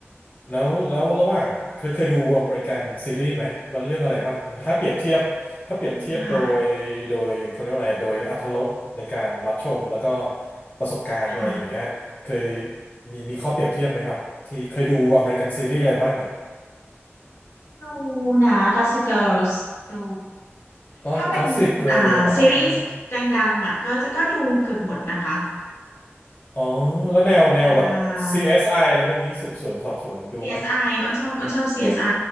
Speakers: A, on the left; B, on the left.
A: แล้วแล้วระหว่างเคยเคยดูอเมริกันซีรีส์ไหมแล้วเรื่องอะไรบ้างถ้าเปรียบเทียบถ้าเปรียบเทียบโดยโดยเขาเรียกว่าอะไรโดยอรรถรสในการรับชมแล้วก็
B: ดูค่ะ
A: ประสบการณ์อะไรอย่างเงี้ยเคย
B: ค่ะ
A: มีมีข้อเปรียบเทียบไหมครับที่เคยดูอเมริกันซีรีส์อะไรบ้างอ่ะ
B: ดูนะ Gossip Girls ดู
A: ก็ก็สิบเกิร์ลเหรออ๋อ
B: ถ้าเป็นอ่าซีรีส์ดังๆอ่ะก็จะก็ดูเกือบหมดนะคะ
A: อ๋อแล้วแนวแนวแบบซี
B: อ่า
A: i อสไออะไรพวกนี้สืบสวนสอบสวนดูไหม
B: ซีเอสไออ้นชอบอ้นชอบ CSI